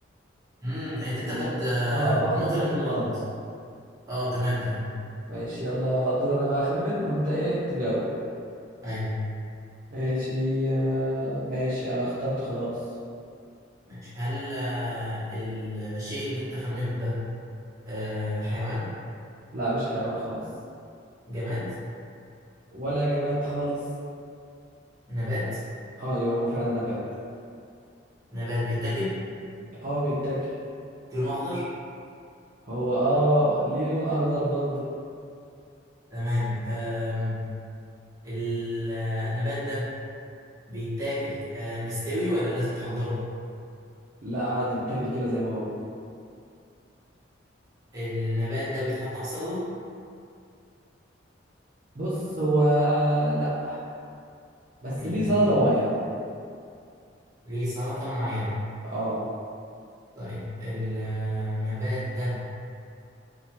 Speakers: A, on the right; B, on the right.
A: امم انت بتاخد
B: إن...
A: آه،
B: اه باخد
A: نقطة
B: نقطة
A: لما
B: الغلط
A: انا غلط اه تمام تمام
B: ماشي يلا دور انا بقى اخمن وانت ايه تجاوب
A: ايوه
B: ماشي آه، ماشي انا اخترت خلاص
A: ماشي هل آه، الشيء اللي انت خمنته ده آه، حيوان
B: لا مش حيوان خالص
A: جماد
B: ولا جماد خالص
A: نبات
B: آه، ايوه هو فعلا نبات
A: نبات بيتاكل
B: اه بيتاكل
A: لونه اخضر
B: هو اه ليه لون اخضر برضه
A: تمام آم، ال- آه، النبات ده بيتاكل آه مستوي ولا لازم تحضره
B: لا عادي بيتاكل كده زي ما هو
A: النبات ده بيتحط على السلطة
B: بص هو لا بس
A: مم.
B: ليه سلطة معينة
A: ليه سلطة معينة
B: اه
A: طيب النبات ده